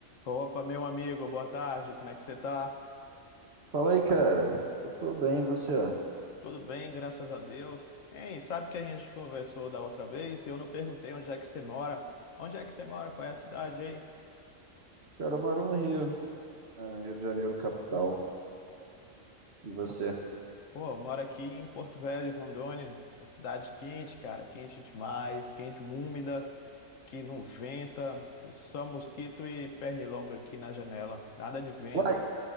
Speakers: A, on the left (about 80°); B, on the right (about 55°).
A: Opa, meu amigo, boa tarde, como é que você tá?
B: Fala aí, cara. Eu tô bem, e você?
A: Tudo bem, graças a Deus. Hein, sabe que a gente conversou da outra vez? e Eu não perguntei onde é que você mora. Onde é que você mora? Qual é a cidade aí?
B: Cara, eu moro no Rio, ah, Rio de Janeiro, capital. E você?
A: Pô, eu moro aqui em Porto Velho, Rondônia, uma cidade quente, cara, quente demais, quente, úmida, que não venta, é só mosquito e pernilongo aqui na janela, nada de vento.
B: Uai,